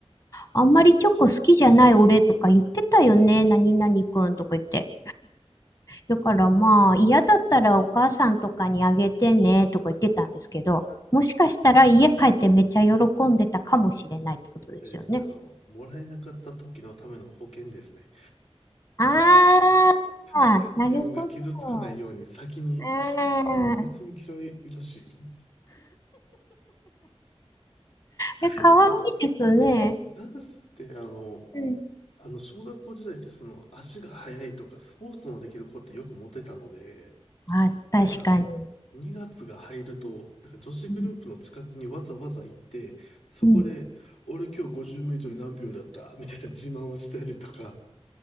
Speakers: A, on the left (about 35°); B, on the left (about 85°).
A: あんまりチョコ好きじゃない俺とか言ってたよね、何々くんとか言って。だからまあ嫌だったらお母さんとかにあげてねとか言ってたんですけど、もしかしたら家帰ってめっちゃ喜んでたかもしれないってことですよね。
B: あれですね、あの、もらえなかった時のための保険ですね。
A: ああ、
B: <laughs> 自分が傷つかないように先に、
A: なるほど。うん。
B: 別に嫌いらしい。みたいな <laughs>
A: え、かわいいですね。
B: だってあの、男子ってあの、
A: うん。
B: あの、小学校時代ってその足が速いとかスポーツのできる子ってよくモテたので、
A: あ、確かに。
B: なんか2月が入ると、なんか女子グループの近くにわざわざ行って、
A: うん。
B: そこで、
A: うん
B: 俺今日50メートル何秒だったみたいな自慢をしたりとか、